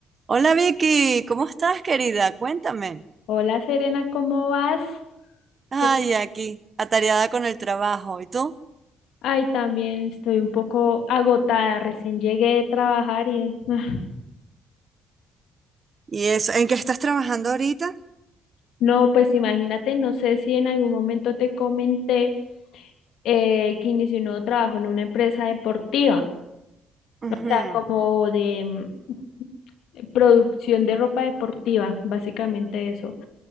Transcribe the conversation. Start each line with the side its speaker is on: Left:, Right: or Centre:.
Right: Hola Vicky, ¿cómo estás, querida? Cuéntame.
Left: Hola Serena, ¿cómo vas?
Right: Ay,
Left: ¿Qué-
Right: aquí, atareada con el trabajo. ¿Y tú?
Left: Ay, también estoy un poco agotada, recién llegué de trabajar y ah,
Right: ¿Y eso? ¿En qué estás trabajando ahorita?
Left: no, pues imagínate, no sé si en algún momento te comenté eh, que inicié un nuevo trabajo en una empresa deportiva,
Right: Ujú.
Left: o sea, como de mm, producción de ropa deportiva, básicamente eso.